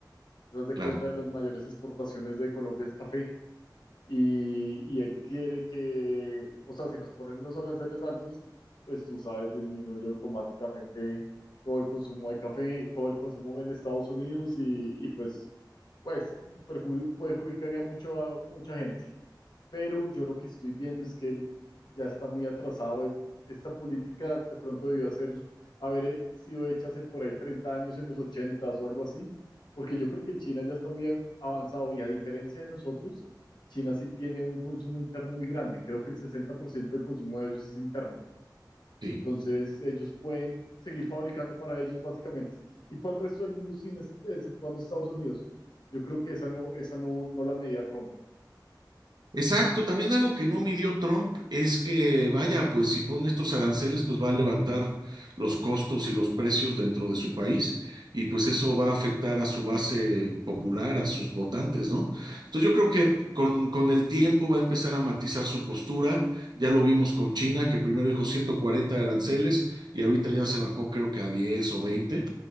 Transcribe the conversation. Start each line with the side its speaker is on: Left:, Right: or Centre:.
Left: ¿Te das de
Right: claro,
Left: cuenta de las mayores exportaciones de Colombia es café? y, y él quiere que, o sea, si nos ponen unos aranceles altos, pues tú sabes, disminuye automáticamente todo el consumo de café, todo el consumo en Estados Unidos y, y pues, pues perju- perjudicaría mucho a mucha gente pero yo lo que estoy viendo es que él ya está muy atrasado. Él- esta política de pronto debió hacer, haber eh, sido hecha hace por ahí 30 años, en los 80 o algo así, porque yo creo que China ya está muy av- avanzado y a diferencia de nosotros, China sí tiene un consumo interno muy grande. Creo que el 60% del consumo de ellos es interno.
Right: sí.
Left: Entonces, ellos pueden seguir fabricando para ellos básicamente y para el resto del mundo, sin ex- exceptuando Estados Unidos. Yo creo que esa no, esa no, no la medía Trump.
Right: Exacto, también algo que no midió Trump es que, vaya, pues si pone estos aranceles, pues va a levantar los costos y los precios dentro de su país y pues eso va a afectar a su base popular, a sus votantes, ¿no? Entonces yo creo que con, con el tiempo va a empezar a matizar su postura. Ya lo vimos con China, que primero dijo 140 aranceles y ahorita ya se bajó creo que a 10 o 20.